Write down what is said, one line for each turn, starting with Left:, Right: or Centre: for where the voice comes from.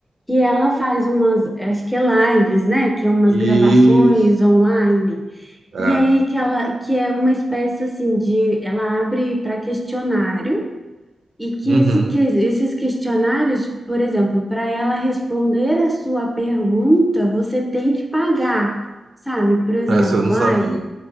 Centre: Que ela faz umas, acho que é lives, né? Que é umas
Right: Isso.
Centre: gravações online.
Right: É.
Centre: E aí que ela, que é uma espécie assim de, ela abre para questionário e que,
Right: Uhum.
Centre: esse, que esses questionários, por exemplo, para ela responder a sua pergunta, você tem que pagar, sabe? Por exemplo,
Right: Essa eu não sabia.
Centre: ai,